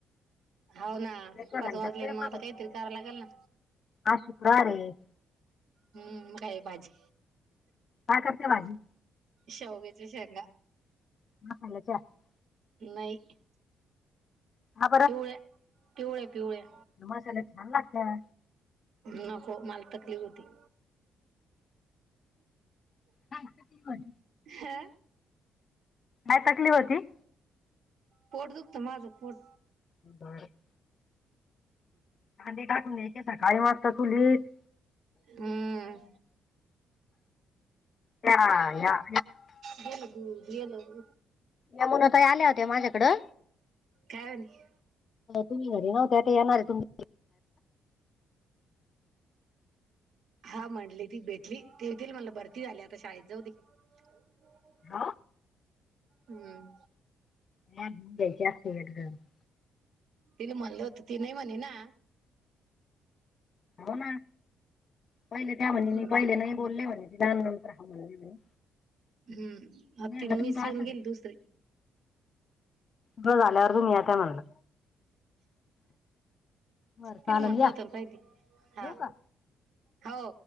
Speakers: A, on the right; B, on the left.
A: हाव ना
B: एका
A: पाच
B: घंटा
A: वाजले
B: स्वयंपाक
A: मग आता
B: होतो
A: काहीतरी करां लागेल ना.
B: आज शुक्रवार ये.
A: हम्म, मग काय ये भाजी.
B: काय करते भाजी?
A: शौग्याच्या शेंगा.
B: हलंच्या <unintelligible>
A: नाही.
B: का
A: पिवळ्या पिवळ्या पिवळ्या.
B: मसेला छान लागत्या.
A: नको मला तकलीफ होती.
B: हा <unintelligible>
A: हा,
B: काय तकलीफ होती.
A: पोट दुखत माझं पोट.
B: ह ह <inaudible> हा, ते टाकून द्यायची वाजता चुलीत.
A: हम्म,
B: त्या ह्या
A: गलं ब गलं <inaudible>
B: यामुण ताई आल्या होत्या माझ्याकडं.
A: काय म्हणली.
B: तुम् घरी नव्हते आता येणार तुम्ही.
A: हा, म्हटली ती भेटली तेतील मला भरती झाली आता शाळेत जाऊ दे. <inaudible>
B: हा,
A: हम्म,
B: ह घच्या <unintelligible>
A: तिला म्हणलं होत ती नाही म्हणे ना.
B: हो ना पहिले त्या म्हली
A: हम्म
B: मी पहिले नाही बोलले म्हणे त जाण नंत रा हा म्हणले.
A: हम्म आ,
B: म्हणलं
A: तन
B: तुमचं
A: मीसिवन
B: असंच आहे
A: गेल दुसरे.
B: तुझं झालं नंतर दुनियात हाय म्हणलं. बरं
A: तिला
B: चालल
A: म्हटलं
B: या
A: होत ना पहिली
B: ठेवू
A: हा,
B: का?
A: हो,